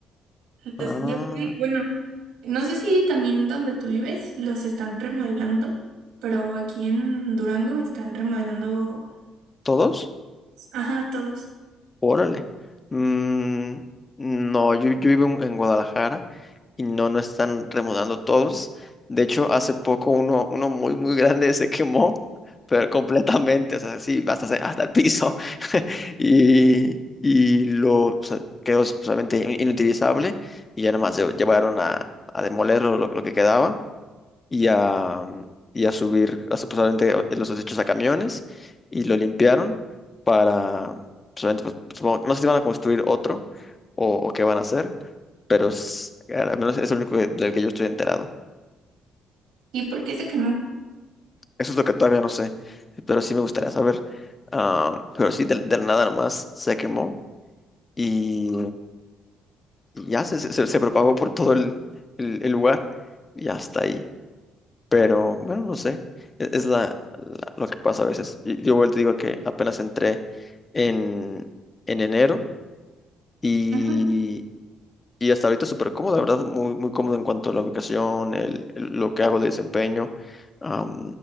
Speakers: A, on the left (about 30°); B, on the right (about 80°).
A: Ah,
B: Los, yo sí, bueno, no sé si también donde tú vives los están remodelando, pero aquí en Durango están remodelando,
A: ¿todos?
B: ajá, todos.
A: Órale. Mm, no, yo, yo vivo en, en Guadalajara y no, no están remodelando todos. De hecho, hace poco uno, uno muy, muy grande <laughs> se quemó, pero completamente, o sea, sí, hasta, hasta el piso. <laughs> Y, y lo o sea, quedó solamente inutilizable y ya nada más lle- llevaron a, a demoler lo lo que quedaba y a, mm, y a subir, o sea, pues, obviamente, o- los desechos a camiones y lo limpiaron para, pues, obviamente, pues, supongo- no sé si van a construir otro o, o qué van a hacer, pero s- al menos es lo único que- del que yo estoy enterado.
B: ¿Y por qué se quemó?
A: Eso es lo que todavía no sé, pero sí me gustaría saber. Ah, pero sí, del, del nada nomás se quemó y, y ya se, se- se propagó por todo el, el- el lugar y hasta ahí. Pero bueno, no sé, e- es, la, la- lo que pasa a veces. Y Yo vuelvo y te digo que apenas entré en, en enero y,
B: Ujú.
A: y hasta ahorita súper cómodo, la verdad, muy, muy cómodo en cuanto a la ubicación, el, el- lo que hago de desempeño, am,